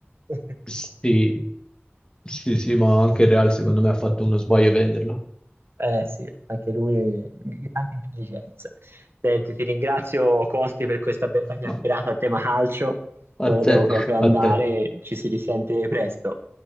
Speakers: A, on the right; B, on the left.
A: mani. <laughs>
B: sì, sì, sì, ma anche il Real secondo me ha fatto uno sbaglio a venderlo.
A: Eh sì, anche lui grande intelligenza. Senti, ti ringrazio Costi per questa bella chiacchierata
B: Ma
A: a tema calcio.
B: a
A: Ora
B: te,
A: devo proprio andare,
B: a te.
A: ci si risente presto.